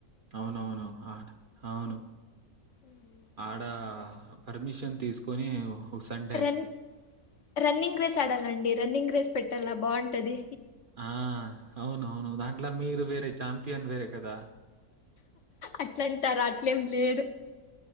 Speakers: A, on the right; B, on the left.
A: అవునవును హా అవును
B: ఉమ్,
A: ఆడ
B: బాగుంటది
A: పర్మిషన్ తీసుకు తీసుకొని సండే
B: రన్ రన్నింగ్ రేస్ ఆడాలండి రన్నింగ్ రేస్ పెట్టాలా బాంటది.
A: ఆ అవునువును దాంట్లో మీరు వేరే చాంపియన్ వేరే కదా
B: అట్లంటారు అట్లేం లేదు.